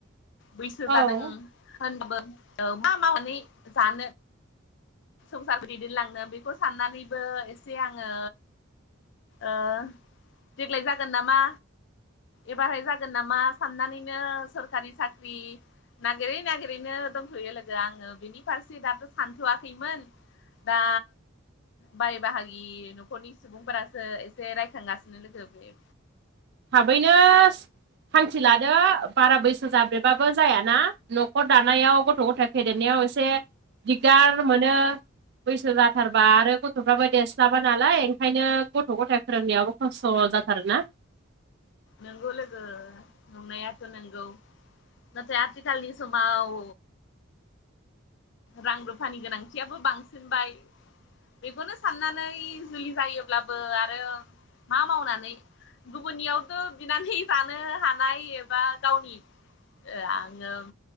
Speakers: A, on the left; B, on the right.
A: बैसो
B: औ
A: जादों होनदों मा मावनानै जानो संसार दैदेनलांनो बेखौ साननानैबो एसे आङो ओ देग्लाय जागोन नामा एबारहै जागोन नामा साननानैनो सोरखारि साख्रि नागिरै नागिरैनो दंथयो लोगो आङो बिनि फारसे दाथ सानथवा खैमोन दा बाय बाहागि न'खरनि सुबुंफोरासो एसे रायखांगासिनो लोगो बे
B: थाबैनो थांखि लादो बारा बैसो जाब्रेबाबो जायाना न'खर दानायाव गथ' गथाय फेदेरनायाव एसे दिग्दार मोनो बैसो जाथारबा आरो गथ'फ्राबो देरस्लाबा नालाय ओंखायनो गथ' गथाय फोरोंनायाव खस्थ जाथारोना
A: नंगौ लोगो नंनायाथ नंगौ नाथाय आथिखालनि समाव रां रुफानि गोनांथियाबो बांसिनबाय बेखौनो साननानै जुलि जायोब्लाबो आरो मा मावनानै गुबुननियावथ बिनानै जानो हानाय एबा गावनि आङो